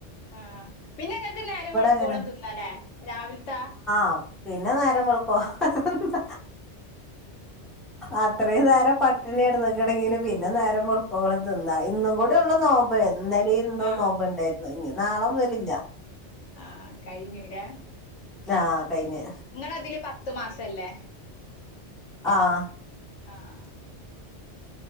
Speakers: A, on the left (about 80°); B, in the centre.
A: ആഹ പിന്നെ ങ്ങൾക്ക് നേരം വെളുക്കോളും
B: അങ്ങനെ
A: തിന്നല്ലേ രാവിലത്തൊ
B: ആ പിന്നെ നേരം വിളക്കോ ന്ത അത്രയും നേരം പട്ടിണിയിട ണെങ്ക പിന്നെ നേരം <unintelligible> കോളം തിന്നാ ഇന്നും കൂടേള്ളുനോമ്പ് ന്നലേം ന്നും
A: ആഹ്
B: നോമ്പ്ണ്ടായിരുന്നു ഇ നാളെ മുതലല്ല
A: ആ കഴിഞ്ഞൂ ലെങ്ങളതില്
B: ആഹ് കഴിഞ്ഞ്
A: പത്ത്മാസം ത്തല്ലേ
B: ആഹ്
A: ആഹ